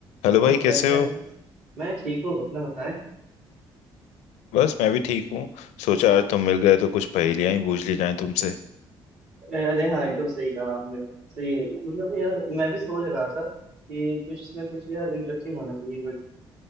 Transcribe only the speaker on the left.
Hello
भाई कैसे
हो
बस मैं भी ठीक हूँ सोचा आज तुम मिल गए तो कुछ पहेलियां ही पूछ ली जाएं तुमसे